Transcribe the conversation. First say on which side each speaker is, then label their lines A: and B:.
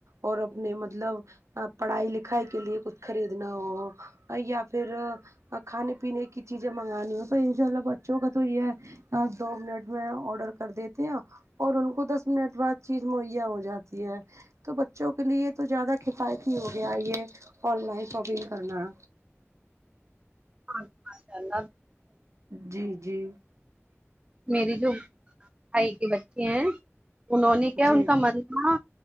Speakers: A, on the right; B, on the right.
A: اور اپنے مطلب پڑھائی لکھائی کے لیے کچھ خریدنا ہو یا پھر کھانے پینے کی چیزیں منگانی ہو تو ان شاء اللہ بچوں کا تو یہ ہے دو منٹ میں آڈر کر دیتے ہیں اور ان کو دس منٹ بعد چیز مہیا ہو جاتی ہے تو بچوں کے لیے تو زیادہ کفایتی ہو گیا یہ آن لائن شاپنگ کرنا
B: اور ماشاءاللہ
A: جی جی
B: میرے جو بھائی کے بچے ہیں انہوں نے کیا
A: جی
B: ان کا من نا